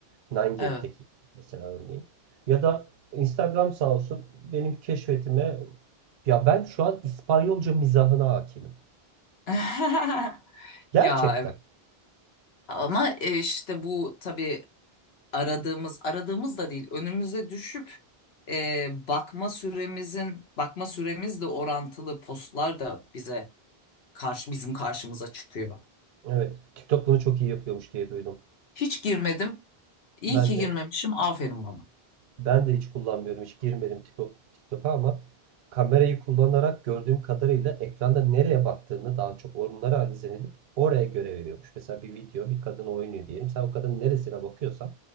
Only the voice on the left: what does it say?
evet.
<laughs>
Ya evet. Ama e, işte bu tabii aradığımız aradığımız da değil önümüze düşüp e, bakma süremizin bakma süremizle orantılı postlar da bize karşı bizim karşımıza çıkıyor.
Hiç girmedim. İyi
ki
girmemişim. Aferin bana.